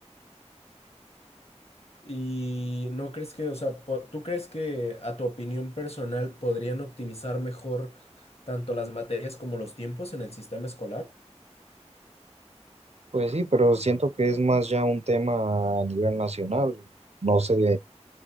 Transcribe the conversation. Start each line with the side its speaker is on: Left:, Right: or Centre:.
Left: ¿Y no crees que, o sea, po- tú crees que a tu opinión personal podrían optimizar mejor tanto las materias como los tiempos en el sistema escolar?
Right: Pues sí, pero siento que es más ya un tema a nivel nacional. No sé